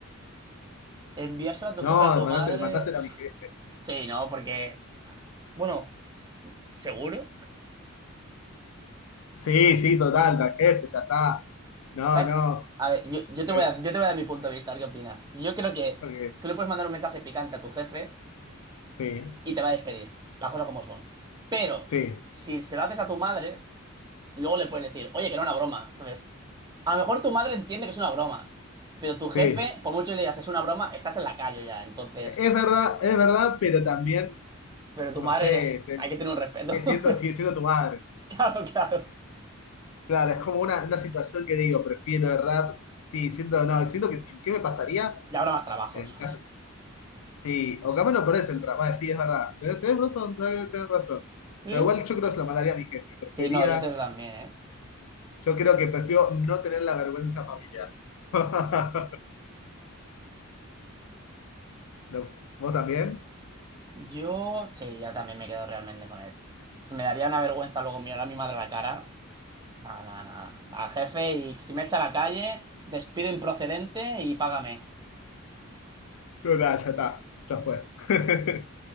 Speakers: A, on the right (about 20°); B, on the left (about 75°).
A: Enviárselo a tu
B: no,
A: jefe, a tu
B: mandásela,
A: madre.
B: mandásela a mi jefe.
A: Sí, no, porque. Bueno, seguro.
B: Sí, sí, total, al jefe, ya está. No,
A: ¿Sabes?
B: no,
A: A ver, yo, yo
B: que,
A: te voy a, yo te voy a dar mi punto de vista, a ver qué opinas. Yo creo que
B: ok,
A: tú le puedes mandar un mensaje picante a tu jefe
B: sí,
A: y te va a despedir. Las cosas como son. Pero,
B: sí,
A: si se lo haces a tu madre, luego le puedes decir, oye, que era una broma. Entonces, a lo mejor tu madre entiende que es una broma. Pero tu jefe,
B: sí.
A: por mucho que le digas es una broma, estás en la calle ya. Entonces,
B: Es verdad, es verdad, pero también,
A: pero tu
B: no
A: madre,
B: sé, se-
A: hay que tener un respeto.
B: sigue siendo,
A: <laughs>
B: sigue siendo tu madre.
A: Claro, claro.
B: Claro, es como una, una situación que digo, prefiero errar. Sí, siento, no, siento que sí, ¿qué me pasaría?
A: Ya habrá más trabajos.
B: En caso, sí, o capaz no perdés el trabajo. Vale, sí, es verdad. Tenés, tenés razón, tenés, tenés razón.
A: <laughs> ¿Sí?
B: Pero igual yo creo que se lo mandaría a mi jefe. Prefería,
A: Sí, no, yo te- también, ¿eh?
B: yo creo que prefiero no tener la vergüenza familiar. <laughs> No, ¿Vos también?
A: Yo sí, ya también me quedo realmente con él. Me daría una vergüenza luego mirar a mi madre a la cara. Nada, nada, nada. A jefe y si me echa a la calle, despido improcedente y págame.
B: No, nada, ya está, ya fue. <laughs>